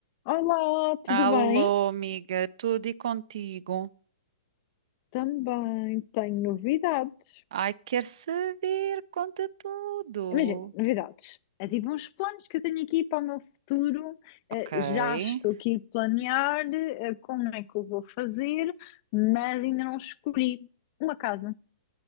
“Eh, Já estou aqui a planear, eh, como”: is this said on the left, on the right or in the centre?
Left